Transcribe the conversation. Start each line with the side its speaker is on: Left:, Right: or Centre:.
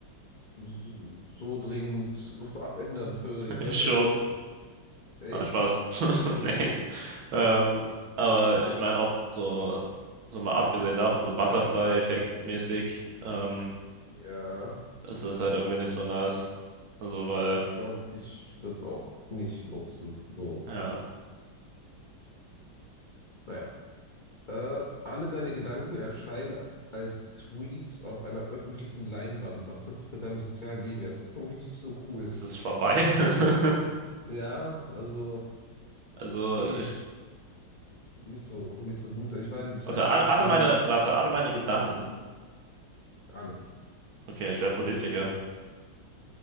Left: so so dringend <laughs> abändern würde.
Right: <laughs>
Left: Ich weiß
Right: Schon.
Left: halt, echt?
Right: Nein, Spaß. <laughs> Nee.
Left: Okay.
Right: Ähm, aber ich meine auch so, so mal abgesehen davon, so Butterfly-Effekt-mäßig, ähm,
Left: Ja,
Right: ist das halt irgendwie nicht so nice. Also, weil,
Left: ich glaube, ich würde es auch nicht nutzen. So,
Right: ja,
Left: naja. Äh, alle deine Gedanken erscheinen als Tweets auf einer öffentlichen Leinwand. Was passiert mit deinem sozialen Leben? Ja, ist auch irgendwie nicht so cool.
Right: es ist vorbei. <laughs>
Left: Ja, also,
Right: Also,
Left: nee.
Right: ich,
Left: Nicht so, nicht so gut. Also ich meine, ich
Right: warte,
Left: weiß jetzt
Right: all-
Left: nicht,
Right: alle
Left: wie
Right: meine, warte, alle meine Gedanken.
Left: alle.
Right: Okay, ich wäre Politiker.